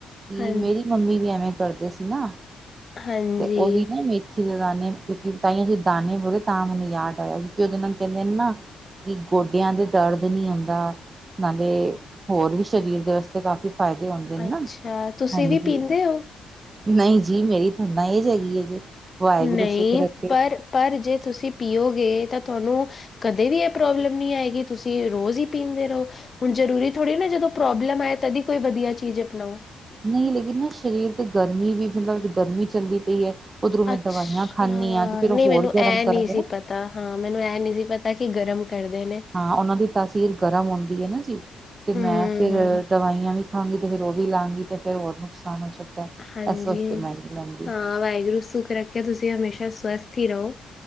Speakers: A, on the right; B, on the left.
A: ਕਿ,
B: ਹਾਂਜੀ
A: ਮੇਰੀ ਮੰਮੀ ਵੀ ਐਵੇਂ ਕਰਦੇ ਸੀ ਨਾ
B: ਹਾਂਜੀ
A: ਤੇ ਓਹ ਨਾ ਮੈਥੀ ਦੇ ਦਾਣੇ ਕਿਉਂਕਿ ਤਾਈ ਅਸੀਂ ਦਾਣੇੇ ਬੋਲੇ ਤਾਂ ਮੈਨੂੰ ਯਾਦ ਆਇਆ ਕਿਉਂਕਿ ਉਹਦੇ ਨਾਲ ਨੂੰ ਕਹਿੰਦੇ ਨਾ ਕਿ ਗੋਡਿਆਂ ਦੇ ਦਰਦ ਨਹੀਂ ਹੁੰਦਾ, ਨਾਲੇ ਹੋਰ ਵੀ ਸ਼ਰੀਰ ਦੇ ਵਾਸਤੇ ਕਾਫੀ ਫਾਇਦੇ ਹੁੰਦੇ ਨੇ
B: ਅੱਛਾ
A: ਨਾ
B: ਤੁਸੀਂ
A: ਹਾਂਜੀ
B: ਵੀ ਪੀਂਦੇ ਹੋ
A: ਨਹੀਂ ਜੀ, ਮੇਰੀ ਫਰਮਾਇਸ਼ ਹੈਗੀ ਹੈ ਜੇ। ਵਾਹਿਗੁਰੂ
B: ਨਹੀ,
A: ਸੁੱਖ ਰੱਖੇ।
B: ਪਰ ਪਰ ਜੇ ਤੁਸੀਂ ਪੀਓਗੇ ਤਾਂ ਤੁਹਾਨੂੰ ਕਦੇ ਵੀ ਇਹ ਪ੍ਰੋਬਲਮ ਨਹੀ ਆਏਗੀ ਤੁਸੀਂ ਰੋਜ਼ ਈ ਪੀਂਦੇ ਰਹੋ। ਹੁਣ ਜਰੂਰੀ ਥੋੜੀ ਨਾ ਜਦੋਂ ਪ੍ਰੋਬਲਮ ਆਏ ਤਦੀ ਕੋਈ ਵਧੀਆ ਚੀਜ਼ ਅਪਣਾਓ।
A: ਨਹੀ ਲੇਕਿਨ ਨਾ, ਸ਼ਰੀਰ ਤੇ ਗਰਮੀ ਵੀ ਫਿਲਹਾਲ ਗਰਮੀ ਚੱਲਦੀ ਪਈ ਹੈ। ਉੱਧਰੋਂ ਮੈਂ
B: ਅੱਛਾ,
A: ਦਵਾਈਆਂ ਖਾਂਦੀ ਹਾਂ ਤੇ ਫੇਰ
B: ਨਹੀਂ
A: ਉਹ ਹੋਰ
B: ਮੈਨੂੰ
A: ਗਰਮ
B: ਇਹ
A: ਕਰਾਂਗੇ
B: ਨਹੀਂ ਸੀ
A: ਨਾ।
B: ਪਤਾ, ਹਾਂ ਮੈਨੂੰ ਇਹ ਨਹੀਂ ਸੀ ਪਤਾ ਤਾਂ ਕਿ ਗਰਮ ਕਰਦੇ ਨੇ।
A: ਹਾਂ, ਉਹਨਾਂ ਦੀ ਤਸ ਗਰਮ ਹੁੰਦੀ ਹੈ ਨਾ ਜੀ ਤੇ
B: ਹਮ
A: ਮੈਂ ਫਿਰ ਦਵਾਈਆਂ ਵੀ ਖਾਂਗੀ ਤੇ ਫਿਰ ਉਹ ਵੀ ਲਾਂਗੀ। ਤੇ ਫਿਰ ਹੋਰ ਨੁਕਸਾਨ ਹੋ ਸਕਦਾ
B: ਹਾਂਜੀ,
A: ਇਸ ਵਾਸਤੇ ਮੈਂ ਨਹੀਂ ਲੈਂਦੀ
B: ਹਾਂ ਵਾਹਿਗੁਰੂ ਸੁੱਖ ਰੱਖੇ ਤੁਸੀਂ ਹਮੇਸ਼ਾ ਸਵਸਥ ਹੀ ਰਹੋ।